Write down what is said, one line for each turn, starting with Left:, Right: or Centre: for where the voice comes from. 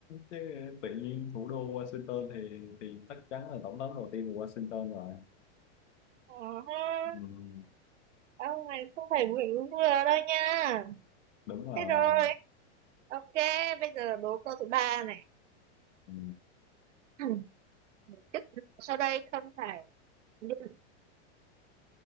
Left: chứ tự nhiên thủ đô Washington thì thì chắc chắn là tổng thống đầu tiên của Washington rồi.
Right: ờ, ha.
Left: Ừ,
Right: ông này không phải vừa đúng vừa đâu nha
Left: đúng rồi.
Right: thế rồi ok bây giờ đố câu thứ ba này
Left: Ừ.
Right: <clears throat> chức vụ sau đây không phải liên,